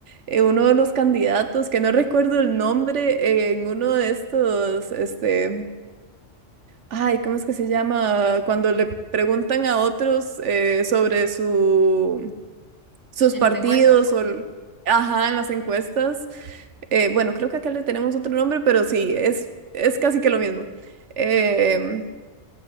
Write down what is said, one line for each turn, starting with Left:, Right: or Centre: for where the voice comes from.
Right: eh, uno de los candidatos, que no recuerdo el nombre, eh, en uno de estos, este, ay, ¿cómo es que se llama? Cuando le preguntan a otros eh, sobre su, sus
Left: en
Right: partidos
Left: las encuestas.
Right: o, el- ajá, en las encuestas eh, bueno, creo que acá le tenemos otro nombre, pero sí, es, es casi que lo mismo. Em,